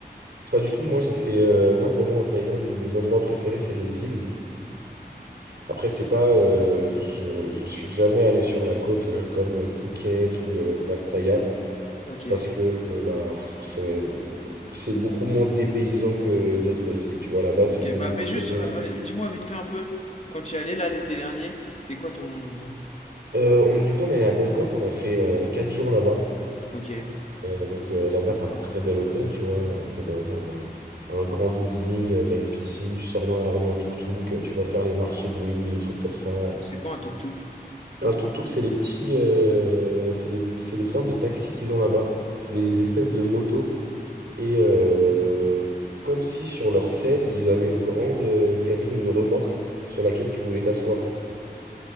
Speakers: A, on the right (about 85°); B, on the left (about 45°).
A: Pas
B: Ok.
A: du tout. Moi, j'ai fait, euh, moi, pour moi, en Thaïlande, mes endroits préférés, c'est les îles. Après, c'est pas, euh, je, je suis jamais allé sur la côte euh, comme euh, Phuket ou euh, Pattaya.
B: Ok.
A: Parce que euh, bah, pff, c'est euh, c'est beaucoup moins dépaysant que d'autres îles. Tu vois, là-bas, c'est
B: Ok,
A: devenu
B: bah, mais
A: un peu.
B: juste,
A: Euh,
B: euh, euh, dis-moi vite fait un peu, quand tu y allais, là, l'été dernier, c'était quoi ton...
A: euh, on, du coup, on est allé à Bangkok, on a fait euh, quatre jours là-bas.
B: Ok.
A: Euh, donc euh, là-bas, t'as un très bel hôtel, tu vois. tu t'es dans un, un grand building, euh, t'as une piscine, tu sors dans la rue en tuk-tuk, euh, tu vas faire les marchés de nuit, les trucs comme ça.
B: C'est quoi un tuk-tuk?
A: Un tuk-tuk, c'est les petits, euh, c'est des, c'est des sortes de taxis qu'ils ont là-bas. C'est des espèces de motos. Et euh, comme si sur leur selle, ils avaient une grande euh, cabine ou une remorque sur laquelle tu pouvais t'asseoir.